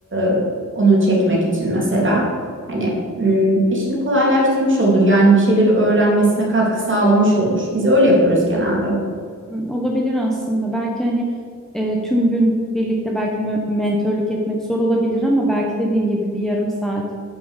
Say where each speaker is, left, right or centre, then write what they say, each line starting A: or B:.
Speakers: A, on the right; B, in the centre.
A: e, onu çekmek için mesela. Hani m, işini kolaylaştırmış olur yani bir şeyleri öğrenmesine katkı sağlamış olur. Biz öyle yapıyoruz genelde.
B: Hı, Olabilir aslında. Belki hani e, tüm gün birlikte belki mö- mentörlük etmek zor olabilir ama belki dediğin gibi bir yarım saat